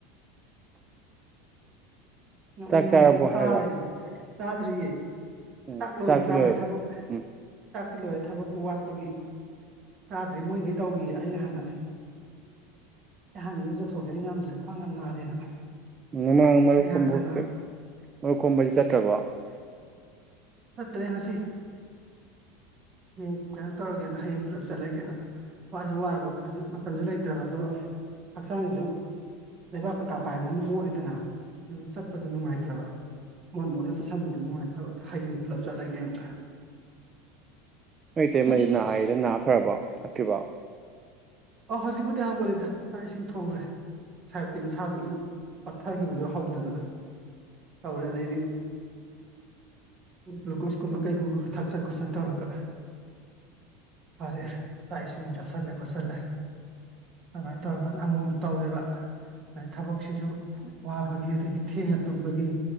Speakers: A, on the right; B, on the right.
A: ꯅꯣꯛꯅꯤꯡꯕꯁꯤꯁꯨ
B: ꯆꯥꯛ ꯆꯥꯔꯕꯣ
A: ꯐꯂꯩꯕꯁꯤ
B: ꯍꯥꯏꯔꯒ
A: ꯆꯥꯗ꯭ꯔꯤꯌꯦ
B: ꯎꯝ
A: ꯆꯥꯛ ꯂꯣꯏꯔꯦ
B: ꯆꯥꯛꯇꯤ
A: ꯆꯥꯗ꯭ꯔꯤ
B: ꯂꯣꯏꯔꯕꯣ
A: ꯊꯕꯛ
B: ꯎꯝ
A: ꯆꯥꯛꯇꯤ ꯂꯣꯏꯔꯦ ꯊꯕꯛꯇꯨ ꯋꯥꯠꯄꯒꯤ꯫ ꯆꯥꯗ꯭ꯔꯤ ꯃꯣꯏꯒꯩ ꯇꯧꯔꯤꯌꯦ ꯑꯩꯅ ꯍꯥꯟꯅ ꯑꯩ ꯍꯥꯟꯅ ꯑꯦꯔꯨꯖꯀꯣꯛꯑꯒꯦ ꯑꯩ ꯉꯝꯗ꯭ꯔꯦ ꯈꯋꯥꯡ ꯌꯥꯝ ꯅꯥꯔꯦꯅ꯫
B: ꯃꯃꯥꯡ ꯃꯔꯨꯞ
A: ꯑꯩ
B: ꯈꯣꯝꯕꯗꯤ
A: ꯍꯥꯟꯅ ꯆꯪꯉꯛꯑꯕ
B: ꯃꯔꯨꯞ ꯈꯣꯝꯕꯗꯤ ꯆꯠꯇ꯭ꯔꯕꯣ꯫
A: <unintelligible> ꯆꯠꯇꯔꯦ ꯉꯁꯤ꯫ ꯍꯌꯦꯡ ꯀꯩꯅꯣ ꯇꯧꯔꯒꯦꯅ ꯍꯌꯦꯡ ꯄꯨꯂꯞ ꯆꯠꯂꯒꯦꯅ ꯋꯥꯁꯨ ꯋꯥꯔꯕ ꯑꯗꯨꯅ ꯃꯇꯝꯁꯨ ꯂꯩꯇ꯭ꯔꯕ ꯑꯗꯨꯒ ꯍꯛꯆꯥꯡꯁꯤꯁꯨ ꯂꯩꯕꯥꯛ ꯀꯩꯀꯥ ꯄꯥꯏꯕꯅꯤꯅ ꯃꯣꯠꯂꯤꯗꯅ ꯑꯗꯨꯝ ꯆꯠꯄꯗꯣ ꯅꯨꯡꯉꯥꯏꯇ꯭ꯔꯕ꯫ ꯃꯣꯠ ꯃꯣꯠꯅ ꯆꯠꯁꯟꯕꯗ ꯅꯨꯡꯉꯥꯏꯇ꯭ꯔꯕꯗ ꯍꯌꯦꯡ ꯄꯨꯂꯞ ꯆꯠꯂꯒꯦꯅ꯫
B: ꯅꯣꯏ ꯏꯇꯩꯃꯗꯤ
A: ꯑꯁ
B: ꯅꯥꯏꯌꯦꯗ ꯅꯥ ꯐꯔꯕꯣ ꯐꯠꯇ꯭ꯔꯤꯕꯣ꯫
A: ꯑꯧ ꯍꯧꯖꯤꯛꯄꯨꯗꯤ ꯍꯧꯈꯂꯦꯗ ꯆꯥꯛ ꯏꯁꯤꯡ ꯊꯣꯡꯈ꯭ꯔꯦ꯫ ꯉꯁꯥꯏꯕꯨꯛꯇꯤ ꯃꯁꯥꯗꯨ ꯂꯣꯏꯝ ꯄꯠꯊꯈꯤꯕꯗꯨ ꯍꯧꯗꯅ ꯇꯧꯔꯦ ꯑꯗꯩꯗꯤ꯫ ꯒ꯭ꯂꯨꯀꯣꯁꯀꯨꯝꯕ ꯀꯩꯒꯨꯝꯕ ꯈꯔ ꯊꯥꯛꯁꯟ ꯈꯣꯠꯆꯟ ꯇꯧꯔꯒ꯫ ꯐꯔꯦ ꯆꯥꯛ ꯏꯁꯤꯡ ꯆꯁꯤꯜꯂꯦ ꯈꯣꯁꯤꯜꯂꯦ꯫ ꯑꯗꯨꯃꯥꯏꯅ ꯇꯧꯔꯀꯥꯟꯗ ꯑꯃꯨꯛꯃꯨꯛ ꯇꯧꯋꯦꯕ꯫ ꯑꯗꯩ ꯊꯕꯛꯁꯤꯁꯨ ꯋꯥꯕꯒꯤ ꯑꯗꯒꯤ ꯊꯦꯡꯅ ꯇꯨꯝꯕꯒꯤ꯫